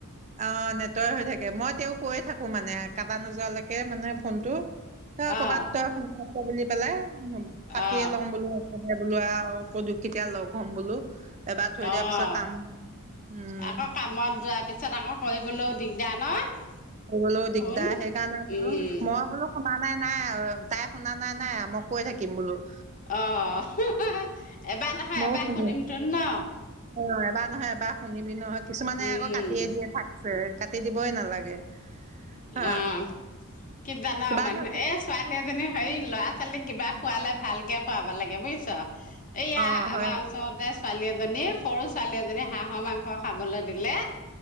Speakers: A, on the right; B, on the left.
A: অ নেটয় হৈ থাকে, মই তেওঁ কৈয়ে থাকো মানে, কাটা নোযোৱালৈকে মানে ফোনটো। ত ক'ৰবাত
B: অ
A: তইৰ বুলি পেলাই পাতিয়ে
B: অ
A: লম বোলো, একেবাই বোলো আৰু আকৌ তোক কেতিয়া লগ হম বোলো। এবাৰ থৈ
B: অ',
A: দিয়াৰ পিছত কাম উম
B: আকৌ কামত যোৱাৰ পিছত আকৌ, কৰিবলৈও দিগদাৰ ন?
A: কৰিবলৈও
B: ফোন
A: দিগদাৰ। সেইকাৰণে বোলো
B: উম
A: মই বোলো শুনা নাই নাই আৰু তাই শুনা নাই নাই মই কৈ থাকিম বোলো।
B: অ 'এবাৰ নহয়
A: ময়ো
B: এবাৰ
A: শুনি
B: শুনিম তোন ন?
A: অ এবাৰ নহয় এবাৰ শুনিবি নহয়, কিছুমানে
B: উম
A: আকৌ কাটিয়ে দিয়ে থাক আ'কাটি দিবই নালাগে। হা
B: অ কি জানা
A: কিবা
B: মানে
A: নহয়
B: এ ছোৱালী এজনী হেৰি ল'ৰা-ছোৱালীক কিবা খোৱালে ভালকে খুৱাব লাগে, বুজিছ। এইয়া
A: অ', হয়
B: আমাৰ ওচৰতে ছোৱালী এজনী সৰু ছোৱালী এজনী হাঁহৰ মাংস খাবলৈ দিলে।